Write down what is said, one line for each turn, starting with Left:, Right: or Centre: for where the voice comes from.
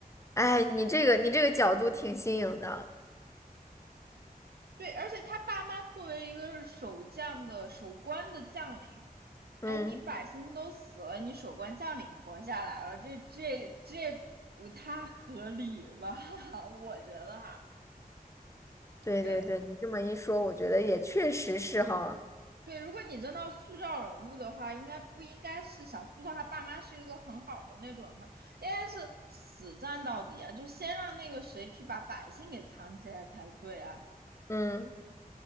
Left: 哎，你这个你这个角度挺新颖的。
Right: 对，而且他爸妈作为一个守将的守关的将领，
Left: 嗯，
Right: 哎，你百姓都死了，你守关将领活下来了，这这这不太合理吧？<laughs> 我觉得哈，
Left: 对对对，
Right: 因为
Left: 你这么一说，我觉得也确实是哈。
Right: 对，如果你真的要塑造人物的话，应该不应该是想塑造他爸妈是一个很好的那种，哈，应该是死战到底啊，就先让那个谁去把百姓给藏起来才对啊。
Left: 嗯。